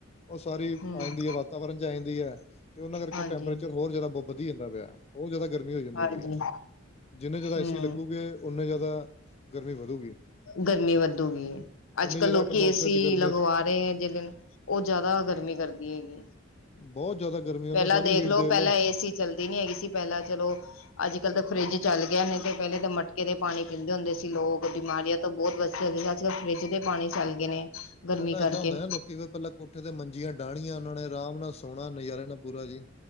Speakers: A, on the left (about 30°); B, on the left (about 85°).
A: ਉਹ ਸਾਰੀ ਆ
B: ਹਮ
A: ਜਾਂਦੀ ਹੈ ਵਾਤਾਵਰਨ ਚ ਆ ਜਾਂਦੀ ਹੈ ਤੇ ਉਹਨਾਂ ਕਰਕੇ
B: ਹਾਂਜੀ
A: ਟੈਂਪਰੇਚਰ ਹੋਰ ਜ਼ਿਆਦਾ ਬਹੁਤ ਵਧੀ ਜਾਂਦਾ ਪਿਆ। ਬਹੁਤ ਜ਼ਿਆਦਾ ਗਰਮੀ ਹੋ ਜਾਂਦੀ
B: ਹਾਂਜੀ
A: ਪਈ ਹੈ, ਜਿੰਨੇ ਜ਼ਿਆਦਾ
B: ਹਮ
A: ਏਸੀ ਲੱਗੂਗੇ। ਉਨੇ ਜ਼ਿਆਦਾ ਗਰਮੀ ਵਧੂਗੀ।
B: ਗਰਮੀ ਵੱਧੂਗੀ, ਅੱਜ-ਕੱਲ੍ਹ
A: ਉਨੀ ਜ਼ਿਆਦਾ
B: ਲੋਕੀ
A: ਐਟਮੋਸਫੇਅਰ
B: ਏਸੀ
A: ਚ ਗਰਮੀਆਂ
B: ਲਗਵਾ
A: ਚ
B: ਰਹੇ ਨੇ। ਜਿਹ ਦਿਨ ਉਹ ਜ਼ਿਆਦਾ ਗਰਮੀ ਕਰਦੀ ਹੈਗੀ।
A: ਬਹੁਤ ਜ਼ਿਆਦਾ ਗਰਮੀ ਉਹਨਾਂ
B: ਪਹਿਲਾਂ
A: ਸਾਰੀ
B: ਦੇਖਲੋ,
A: ਹੀਟ ਦੇਖ
B: ਪਹਿਲਾਂ
A: ਲਓ
B: ਏਸੀ ਚੱਲਦੀ ਨੀ ਹੈਗੀ ਸੀ ਪਹਿਲਾਂ ਚਲੋ। ਅੱਜ-ਕੱਲ੍ਹ ਤਾਂ ਫਰਿੱਜ ਚੱਲ ਗਿਆ ਨਹੀ ਤੇ ਪਹਿਲੇ ਤਾਂ ਮਟਕੇ ਦੇ ਪਾਣੀ ਪੀਂਦੇ ਹੁੰਦੇ ਸੀ। ਲੋਕ ਬਿਮਾਰੀਆਂ ਤੋਂ ਬਹੁਤ ਬਚ ਸੀ ਅੱਜ-ਕੱਲ੍ਹ ਫਰਿੱਜ ਦੇ ਪਾਣੀ ਚੱਲ ਗਏ ਨੇ। ਗਰਮੀ
A: ਪਹਿਲਾਂ
B: ਕਰਕੇ
A: ਏਦਾਂ ਹੁੰਦਾ ਨਾ ਲੋਕੀ ਫ ਪਹਿਲਾਂ ਕੋਠੇ ਤੇ ਮੰਜੀਆਂ ਡਾਹਣੀਆਂ ਉਹ ਨੇ ਆਰਾਮ ਨਾਲ ਸੋਹਣਾ ਨਜ਼ਾਰੇ ਨਾਲ ਪੂਰਾ ਜੀ।